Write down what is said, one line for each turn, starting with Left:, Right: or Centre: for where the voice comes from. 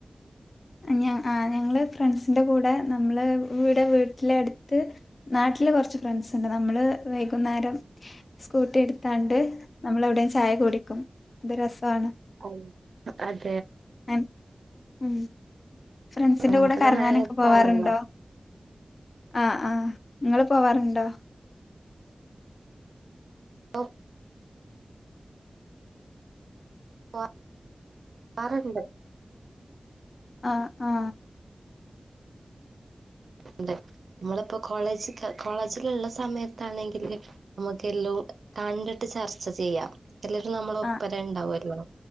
Left: ഞ ആ ഞങ്ങള് ഫ്രണ്ട്സിന്റെ കൂടെ നമ്മള് ഇവിടെ വീട്ടിലടുത്ത് നാ ട്ടില് കൊറച്ച് ഫ്രണ്ട്സ്ണ്ട് നമ്മള് വൈകുന്നേരം സ്കൂട്ടി എടുതാണ്ട് നമ്മൾ എവിടേ ചായ കുടിക്കും അത് രസാണ്
Right: അയ് അതെ
Left: അൻ ഉം ഫ്രണ്ട്സ്ന്റെ
Right: ആ
Left: കൂടെ
Right: അത്
Left: കറങ്ങാനൊക്കെ
Right: നല്ല രസാണല്ലോ.
Left: പോവാറുണ്ടോ ആ ആ ങ്ങള് പോവാറ്ണ്ടോ
Right: ഓ വ പോവാറുണ്ട്
Left: ആ ആ
Right: ണ്ട് മ്മളിപ്പോ കോളേജ് കോളേജില്ള്ള സമയത്താണെങ്കില് നമുക്ക് എല്ലോ കണ്ട്ട്ട് ചർച്ച ചെയ്യാം എല്ലരും നമ്മള ഒപ്പരണ്ടാവൊല്ലോ
Left: ആഹ്